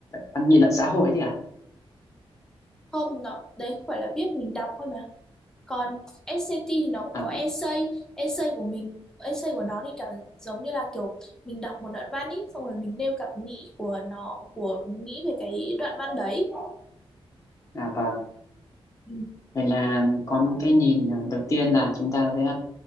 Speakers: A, on the left (about 35°); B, in the centre.
A: văn nghị luận xã hội chứ à?
B: không nó đấy không phải là viết mình đọc thôi mà còn SAT thì nó cũng
A: À,
B: có essay essay của mình essay của nó thì cảm giống như là kiểu mình đọc một đoạn văn ý xong rồi mình nêu cảm nghĩ của nó của nghĩ về cái đoạn văn đấy
A: à vâng,
B: ừ.
A: vậy là có một cái nhìn à, đầu tiên là chúng ta sẽ